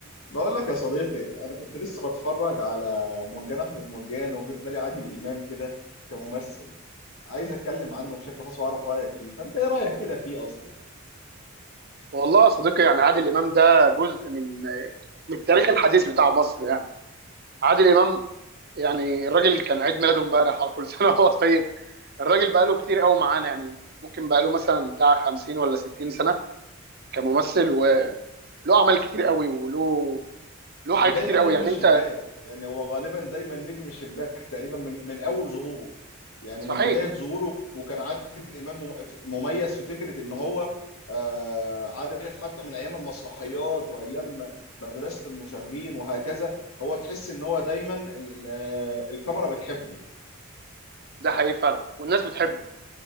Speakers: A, on the left (about 85°); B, on the right (about 45°).
A: بقول لك يا صديقي انا كنت لسه بتفرج على مرجان احمد مرجان وجه في بالي عادل امام كده كممثل عايز اتكلم عنه بشكل خاص واعرف رايك فيه فانت ايه رايك كده فيه اصلا
B: والله يا صديقي يعني عادل امام ده جزء من من التاريخ الحديث بتاع مصر يعني عادل امام يعني الراجل كان عيد ميلاده امبارح آه، كل <laughs> سنه وهو طيب الراجل بقاله كتير قوي معانا يعني ممكن بقاله مثلا بتاع 50 ولا 60 سنه كممثل وله اعمال كتير قوي وله له حاجات
A: ودايما
B: كتير قوي
A: نجم
B: يعني
A: الشباك
B: انت
A: يعني هو غالبا دايما نجم الشباك تقريبا من من اول ظهوره يعني
B: صحيح
A: من بدايه ظهوره وكان عادل امام مم- مميز في فكره ان هو آه، عارف حتى من ايام المسرحيات وايام مدرسه المشاغبين وهكذا هو تحس ان هو دايما ال- آه، الكاميرا بتحبه
B: ده حقيقي فعلا والناس بتحبه